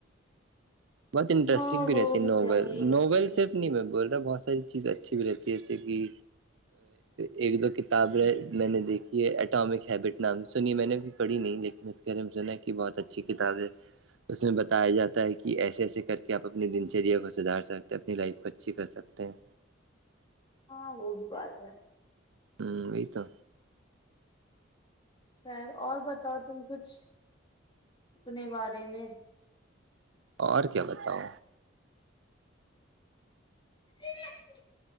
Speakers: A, on the right (about 75°); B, on the left (about 25°).
A: بہت انٹرسٹنگ
B: ہاں
A: بھی
B: وہ
A: رہتی ہے ناول
B: صحیح ہے
A: ناول صرف
B: ہ
A: نہیں میں بول رہا بہت ساری چیزیں اچھی بھی رہتی ہے ایسے کہ ایک دو کتاب ہے میں نے دیکھی ہے اٹامک ہیبٹ نام سے سنی میں نے پڑھی نہیں لیکن اس بارے میں سنا کہ بہت اچھی کتاب ہے اس میں بتایا جاتا ہے کہ ایسے ایسے کر کے آپ اپنی دنچریا کو سدھار سکتے ہیں اپنی لائف کو اچھی کر سکتے ہیں
B: ہاں وہ بھی بات ہے
A: ہوں یہ تو
B: خیر اور بتاؤ تم کچھ اپنے بارے میں
A: اور کیا بتاؤ
B: ج